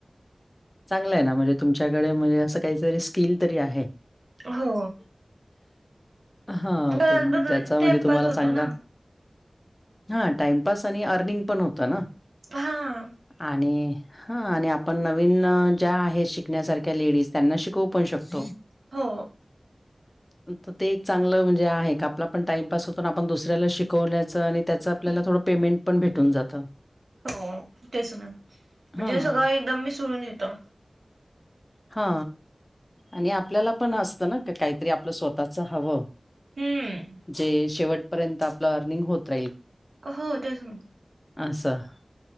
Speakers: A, on the left; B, on the right.
A: चांगलंय ना म्हणजे तुमच्याकडे म्हणजे असं काहीतरी स्किल तरी आहे.
B: हो
A: हा
B: घरात
A: ज्याचा
B: बसून
A: म्हणजे
B: टाइमपास
A: तुम्हाला
B: होतो
A: चांगला
B: ना.
A: हा टाइमपास आणि अर्निंग पण होतं ना.
B: हां
A: आणि हा आणि आपण नवीन ज्या आहेत शिकण्यासारख्या लेडीज त्यांना शिकवू पण शकतो.
B: हो
A: <unintelligible> तर ते एक चांगलं म्हणजे आहे का आपला पण टाइमपास होतो आपण दुसऱ्याला शिकवल्याचं आणि त्याचं आपल्याला थोडं पेमेंट पण भेटून जातं.
B: हो तेच ना म्हणजे
A: हां,
B: सगळं एकदम मिसळून येतो.
A: हा आणि आपल्याला पण असतं ना, का काहीतरी आपलं स्वतःच हवं.
B: हम्म
A: जे शेवटपर्यंत आपलं अर्निंग होत राहील.
B: हो तेच ना
A: आसं